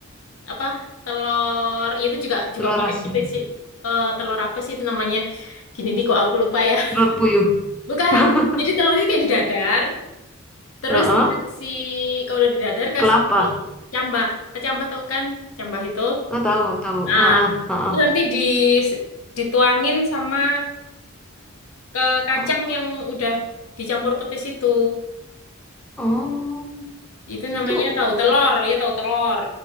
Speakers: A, on the left; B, in the centre.
A: apa? Telur ya itu juga juga
B: Telur
A: pakai
B: asin.
A: putih sih. Eh, telur apa sih itu namanya? Gini nih kok aku lupa ya.
B: Telur puyuh.
A: <laughs> Bukan.
B: <laughs>
A: Jadi telurnya kayak didadar, terus
B: Heeh.
A: dikasih kalau udah didadar kasih
B: Kelapa.
A: cambah. Kecambah tau kan? Cambah itu.
B: Oh, tahu, tahu.
A: Nah,
B: Heeh, heeh.
A: terus nanti di dituangin sama ke kacang
B: Oh,
A: yang udah dicampur petis itu.
B: oh.
A: Itu namanya
B: Itu
A: tahu telur, ya tahu telur